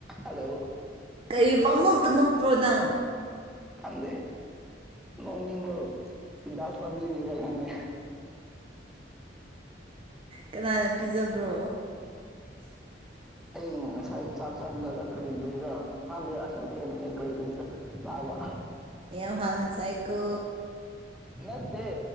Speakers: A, in the centre; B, on the right.
A: Hello
B: ꯀꯔꯤ ꯄꯪꯡꯅꯣꯛꯇ ꯅꯣꯛꯄ꯭ꯔꯣ ꯅꯪ
A: ꯈꯪꯗꯦ ꯅꯣꯛꯅꯤꯡꯕ ꯂꯥꯛꯄꯒꯤꯔꯥ ꯈꯪꯗꯦ
B: ꯀꯅꯥꯅ ꯄꯤꯖꯕ꯭ꯔꯣ <inaudible>
A: ꯑꯩ ꯉꯁꯥꯏ ꯆꯥꯛ ꯆꯥꯔꯝꯗꯥꯏꯗ ꯀꯔꯤꯀꯔꯤꯒ ꯈꯪꯗꯦ ꯑꯁ ꯃꯊꯦꯟ ꯃꯊꯦꯟ ꯀꯔꯤꯀꯔꯤ ꯆꯥꯕ
B: ꯌꯥꯝ ꯍꯥꯎꯅ ꯆꯥꯏꯀꯣ
A: ꯃꯠꯇꯦ